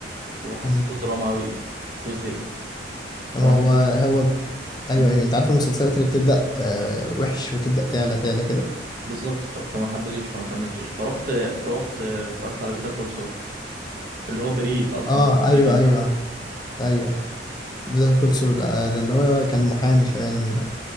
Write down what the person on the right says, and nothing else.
وحسيته
دراما قوي وزهقت
فما كم...
مم.
بالظبط ف... فما حبيتوش فما كملتوش فروحت رحت اتفرجت على بيتر كول سول اللي هو بريد اصلا
بريكنج